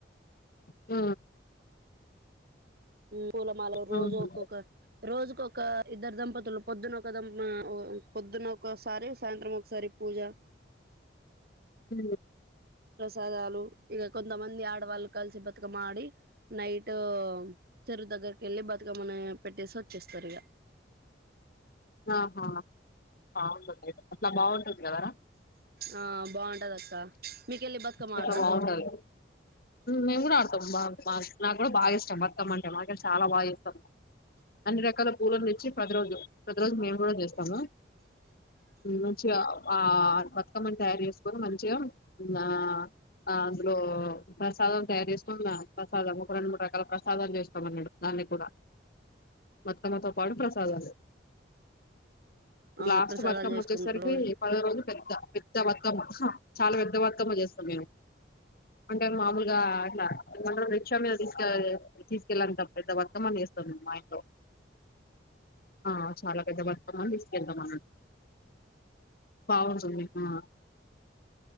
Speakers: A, on the left (about 55°); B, on the right (about 55°).
A: అ
B: పూలమాల రోజు
A: ఉహు
B: ఒక్కొక్క రోజుకొక ఇద్దరు దంపతులు పొద్దున ఒక దం ఆ పొద్దున్న ఒకసారి సాయంత్రం ఒకసారి పూజ
A: హ
B: ప్రసాదాలు ఇగ కొంతమంది ఆడవాళ్ళు కలిసి బతుకమ్మ ఆడి నైట్ చెరువు దగ్గరికి వెళ్ళి బతుకమ్మని పెట్టేసి వచ్చేస్తారు ఇక
A: ఆహా ఆ అట్లా బాగుంటుది కదా
B: ఆ బాగుంటది అక్క మీకెళ్ళి బతుకమ్మ
A: అట్లా
B: ఆడరా
A: బాగుంటది మేం కూడా అడ్ మాక్ మాక్ నాకు కూడా బాగా ఇష్టం బతుకమ్మ అంటే మాకేలి చాలా బాగా చేతం అన్ని రకాల పూలను తెచ్చి ప్రతి రోజు ప్రతిరోోజు మేము కూడా చేస్తాము మంచిగా ఆ బతుకమ్మని తయారు చేసుకొని మంచిగా ఆ ఆమ్ అందులో ప్రసాదం తయారు చేస్తున్నా ప్రసాదం ఒక రెండు మూడు రకాల ప్రసాదాలు చేస్తామన్నాడు దాన్ని కూడా బతుకమ్మతో పాటు ప్రసాదాలు
B: అవును
A: లాస్ట్
B: ప్రసాదాలు
A: బతుకమ్మ
B: చేసుకుంటారు
A: వచ్చేసరికి
B: రోజు
A: పదో రోజులు పెద్ద పెద్ద బతుకమ్మ చాలా పెద్ద బ మ్మ చేస్తాం మేము అంటే మామూలుగా అట్లా రిక్ష మీద తీసుకెల్లె తీసుక కెళ్లేంత పెద్ద బతుకమ్మ చేస్తాం మీము మా ఇంట్లో ఆ చాలా పెద్ద బత్ కమ్మను తీసుకెళ్తం అన్నట్టు బాగుంటుంది ఆ